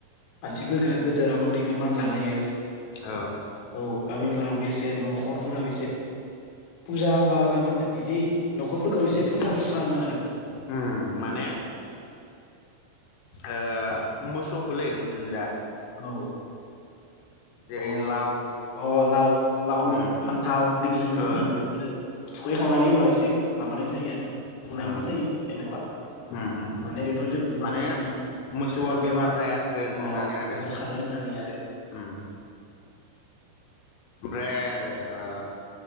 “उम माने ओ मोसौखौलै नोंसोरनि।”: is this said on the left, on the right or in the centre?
Left